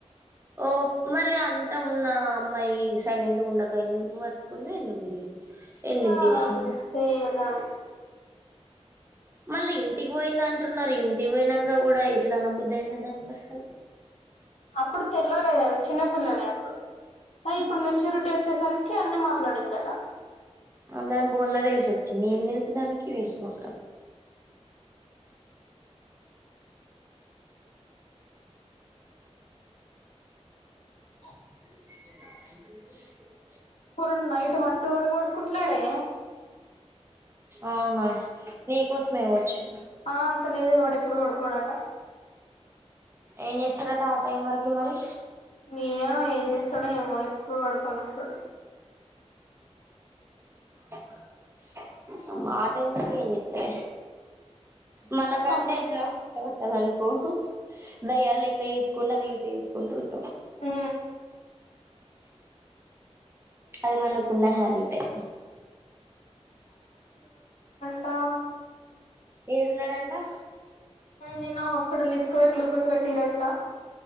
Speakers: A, on the right (about 20°); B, on the left (about 80°).
A: ఓ మరి అంతా ఉన్న అమ్మాయి సైలెంట్గా ఉండక ఎందుకు పట్టుకుంది ఎందుకు తిరిగింది. ఎందుకు
B: ఆదంతె
A: చేసింది
B: ఇక దాని
A: మళ్ళీ ఇంటికి పోయింద అంటున్నారు. ఇంటికి పోయినాక కూడా ఎట్లా అన బుద్ధి అయిన దానికసలు.
B: అప్పుడు తెల్లలేదంని చిన్న ల అప్పుడు ఇప్పుడు మెచ్యూరిటీ వచ్చేసరికి అన్ని మాట్లాడిందట.
A: దాని బొంద తెల్సొచ్చింది. ఏం తెలుసు దానికి వేస్ట్ మొఖాని
B: <unintelligible>
A: <unintelligible>
B: పరు నైట్ వన్ టూ వరకు కూడా పడుకుంటా లెరే
A: అవునా నీకోసమే ఇవచ్చు.
B: ఆ అంత లేదు వాడి ఇప్పుడు పాడుకోడట
A: ఏం చేస్తారట ఆ టైం వరకి మరి
B: ఎమొ ఎం చెస్ అక్కడేమో ఎప్పుడు పడుకోనఅంటడు.
A: <unintelligible> న మాట ఇంద ఎం చెబితావే మనకంటే
B: తమ్ము
A: ఎట్లా ఉ కదనుకో దయాల లెక్క చూసుకుండా రీల్స్ చూసుకుంటుంట.
B: హు
A: అది మనకున్న హ్యాబిటే
B: ఆ
A: ఏడున్నాడంట
B: నిన్న హాస్పిటల్ తీసు పోయి గ్లుకోస్ పెట్టిరంటా